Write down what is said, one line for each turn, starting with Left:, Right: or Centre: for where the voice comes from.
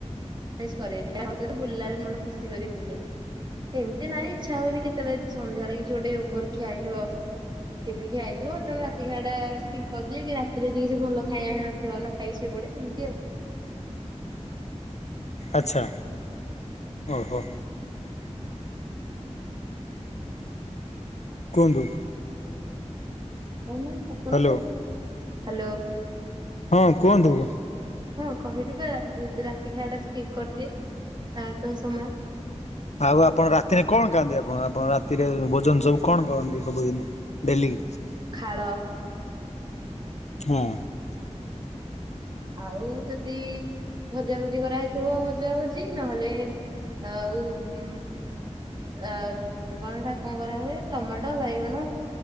Right: ଆଇସ୍ କରେନି <inaudible> ବୁଲିଲା ବେଳେ ମନ ଖୁସି କରି ବୁଲେ। ଏମିତି ନାଇଁ ଇଚ୍ଛା ହୁଏନି କେତେବେଳେ ସନ୍ଧ୍ୟାବେଳେ କିଛି ଗୋଟେ ଓଭର ଖିଆ ହେଇଥିବ। ହେବି ଖିଆ ହେଇଥିବ ତେଣୁ ରାତି ଖାଇବା ଟା ସ୍କିପ୍ କରିଦିଏ କି ରାତିରେ ଯଦି କିଛି ଭଲ ଖାଇବା ହେଇ ନଥିବ ନ ଖାଇକି ଶୋଇପଡ଼େ ଏମିତି ଆଉ।
Left: ଆଚ୍ଛା ଓହୋ। କୁହନ୍ତୁ।
Right: କହୁନାହାନ୍ତି ଆପଣ
Left: ହ୍ୟାଲୋ
Right: କୁହନ୍ତୁ ହାଲୋ।
Left: ହଁ କୁହନ୍ତୁ।
Right: ହଁ କହିଲି ବା <unintelligible> ରାତିକି ଖାଇବା ଟା ସ୍କିପ୍ କରିଦିଏ ପ୍ରାୟତଃ ସମୟ।
Left: ଆଉ ଆପଣ ରାତିରେ କଣ ଖାଆନ୍ତି ଆପଣ ଆପଣ ରାତିରେ ଭୋଜନ ସବୁ କଣ କରନ୍ତି ସବୁଦିନି? ଡେଲି।
Right: ଖାଳ।
Left: ହଁ।
Right: ଆଉ ଯଦି ଭଜା ଭଜି କରାହେଇଥିବ ଭଜା ଭଜି ନହେଲେ ଆଉ ଗୁଁ ଆ କଣ ହେଟା କଣ କରାହୁଏ ଟମାଟ ବାଇଗଣ